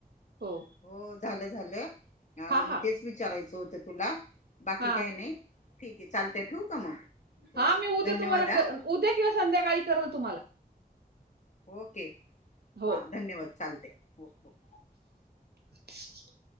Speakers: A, on the right (about 85°); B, on the left (about 50°).
A: हो
B: हो झालं झालंग
A: हा हा
B: तेच विचारायचं होतं तुला बाकी
A: हा
B: काय नाही. ठीक आहे चालतय ठेऊ काय मग हो
A: हा मी उद्या
B: धन्यवाद
A: तुम्हाला
B: हा
A: उद्या किंवा संध्याकाळी करल तुम्हाला
B: ओके
A: हो
B: हां धन्यवाद चालते हो हो.
A: <inaudible>